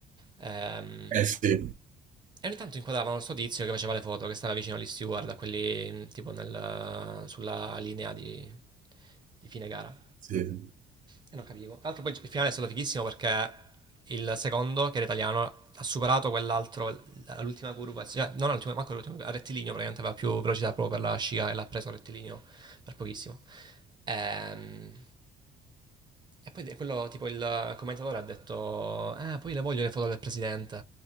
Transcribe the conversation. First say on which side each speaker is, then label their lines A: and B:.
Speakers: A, on the right; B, on the right.
A: Ehm,
B: Eh sì,
A: e ogni tanto inquadravano sto tizio che faceva le foto, che stava vicino agli steward, a quelli mm, tipo nel- sulla linea di, di fine gara.
B: sì.
A: E non capivo. Tra l'altro poi il finale è stato fighissimo perché il secondo, che era italiano, ha superato quell'altro, l- l'ultima curva, cioè, non l'ultima, manco l'ultima, a rettilineo praticamente aveva più velocità proprio per la scia e l'ha preso a rettilineo per pochissimo. Ehm, E poi de- quello, tipo il commentatore ha detto, eh, poi le voglio le foto del presidente.